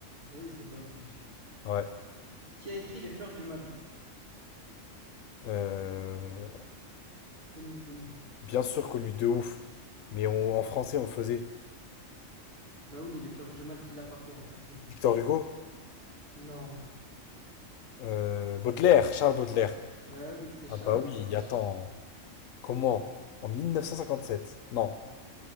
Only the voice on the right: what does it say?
Bah oui, c'est Bob, wesh.
Qui a écrit Les Fleurs du Mal?
Connu, connu.
Bah oui, Les Fleurs du Mal, qui l'a pas fait en français?
Non.
Ben oui, c'est Charles,
wesh.